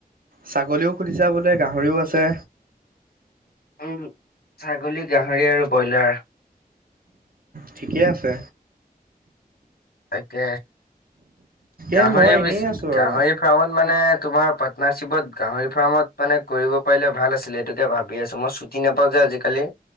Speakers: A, on the right; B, on the left.
A: ছাগলীও খোলিছা বোলে গাহৰিও আছে।
B: উম, ছাগলী গাহৰি আৰু ব্ৰইলাৰ।
A: ঠিকে আছে।
B: তাকে গাহৰি
A: এ মই এনেই
B: বেছি
A: আছো
B: গাহৰিত
A: আৰু
B: ফাৰ্মত মানে তোমাৰ পাৰ্টনাৰশ্বিপত গাহৰি ফাৰ্মত মানে কৰিব পাৰিলে ভাল আছিলে এইতোকে ভাবি আছো। মই ছুটি নাপাওঁ যে আজিকালি।